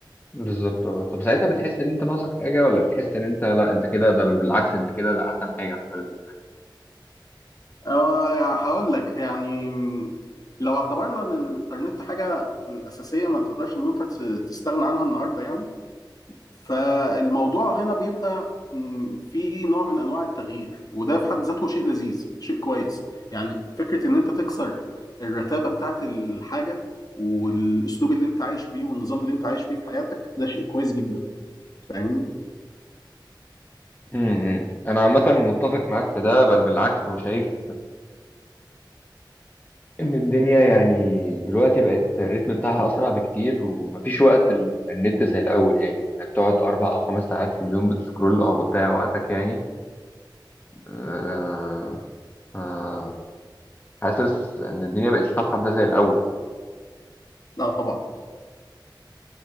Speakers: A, on the left; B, on the left.
A: بالظبط اه طب ساعتها بتحس ان انت ناقصك حاجه ولا بتحس ان انت لا انت كده ده بل بالعكس انت كده ده احسن حاجه حصلت لك
B: آه، هقول لك يعني لو اعتبرنا ان الانترنت حاجة أساسية ما تقدرش ان انت تستغنى عنها النهاردة يعني فالموضوع هنا بيبقى مم، في نوع من انواع التغيير وده في حد ذاته شيء لذيذ شيء كويس يعني فكره ان انت تكسر الرتابه بتاعت الحاجه والاسلوب اللي انت عايش بيه والنظام اللي انت عايش بيه في حياتك ده شيء كويس جدا فاهمني
A: امم انا عامه متفق معاك في ده بل بالعكس وشايف ان الدنيا يعني دلوقتي بقت الريتم بتاعها اسرع بكتير ومفيش وقت ال- النت زي الاول يعني انك تقعد اربع او خمس ساعات في اليوم بتسكرول او بتضيع وقتك يعني آه، آه، حاسس ان الدنيا بقت سامحه بده زي الاول
B: لا طبعا